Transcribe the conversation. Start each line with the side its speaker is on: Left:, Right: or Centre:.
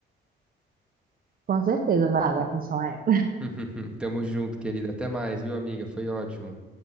Right: com certeza, Vada, a questão é
Centre: <laughs> Tamo junto, querida. Até mais, viu, amiga? Foi ótimo.